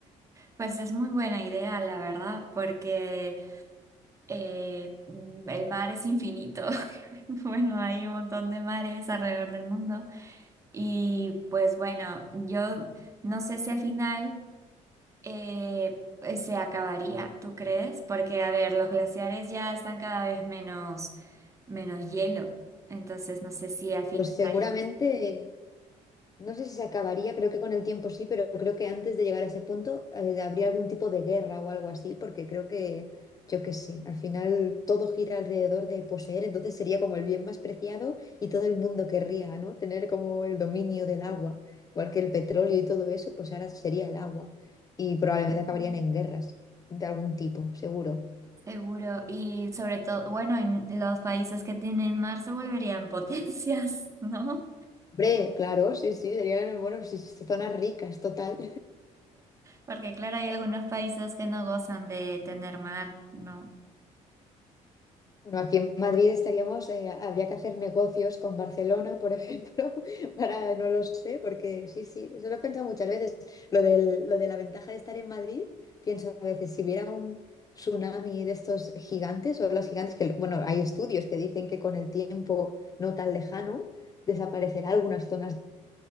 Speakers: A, on the right; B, on the left.
A: pues es muy buena idea, la verdad, porque eh, mm, el mar es infinito. <laughs> Bueno, hay un montón de mares alrededor del mundo. Y pues bueno, yo no sé si al final... eh, pues, se acabaría, ¿tú crees? Porque, a ver, los glaciares ya están cada vez menos, menos hielo. Entonces, no sé si al final,
B: Pues seguramente No sé si se acabaría, creo que con el tiempo sí, pero creo que antes de llegar a ese punto eh, habría algún tipo de guerra o algo así, porque creo que, yo qué sé, al final todo gira alrededor de poseer, entonces sería como el bien más preciado y todo el mundo querría, ¿no? Tener como el dominio del agua, igual que el petróleo y todo eso, pues ahora sería el agua y probablemente acabarían
A: Sí.
B: en guerras de algún tipo, seguro.
A: seguro, y sobre todo, bueno, en los países que tienen mar se volverían <laughs> potencias, ¿no?
B: Hombre, claro, sí, sí, serían, bueno, sí, sí, zonas ricas, total.
A: Porque, claro, hay algunos países que no gozan de tener mar, ¿no?
B: Bueno, aquí en Madrid estaríamos, eh, habría que hacer negocios con Barcelona, por ejemplo, <laughs> para, no lo sé, porque sí, sí, eso lo he pensado muchas veces. Lo del, lo de la ventaja de estar en Madrid, pienso a veces, si hubiera un tsunami de estos gigantes o las gigantes, que bueno, hay estudios que dicen que con el tiempo no tan lejano desaparecerá algunas zonas de